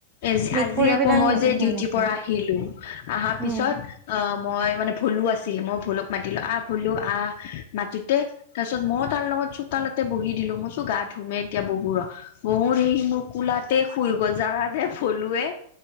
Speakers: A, on the left (about 60°); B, on the right (about 35°).
A: এজি-আজি
B: মেকুৰী
A: আকৌ
B: বিলাক
A: মই যে
B: হেৰি
A: ডিউটিৰ
B: নকৰা
A: পৰা আহিলোঁ, আহা
B: উম
A: পিছত অহ, মই মানে ভুলো আছিল, মই ভুলোক মাতিলোঁ আহ ভুলো আহ মাতোতে তাৰ পিছত মইও তাৰ লগত চোতালতে বহি দিলো, মই ভাবিছো গা ধুমে এতিয়া বহু ৰ। বহুতহি মোৰ কোলাতে শুই গ'ল, যানা নে ভলুৱে।